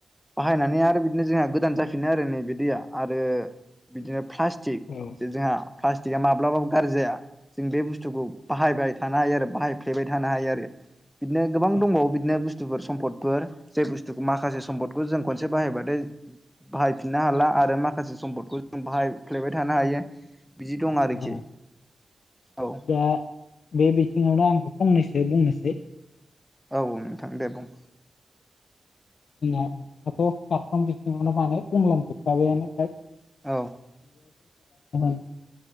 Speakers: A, in the centre; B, on the left (about 85°).
A: बाहायनानै आरो बिदिनो जोंहा गोदान जाफिनो आरो नैबे दैया आरो बिदिनो प्लास्टिक
B: औ
A: जे जोंहा प्लास्टिकआ माब्लाबाबो गाज्रि जाया जों बे बुस्थुखौ बाहायबाय थानो हायो आरो बाहायफ्लेबाय थानो हायो आरो बिदिनो गोबां
B: औ
A: दंबावो बिदिनो ब बुस्थफोर सम्पदफोर जाय बुस्थुखौ माखासे सम्दखौ जों खनसे बाहायबाथाय बाहायफिननो हाला आरो माखासे सम्पदखौ जों बाहायफ्लायबाय थानो हायो बिदि दं आरोखि
B: औ
A: औ
B: दा बे बिथिङावनो आंखौ फंनैसो बुंनोसै
A: औ नोंथां दे बुं
B: ज नोंथाङाथ' खारफ्राम बिथिङावनो माने बुंलांजोबखाबायानो
A: औ
B: <unintelligible>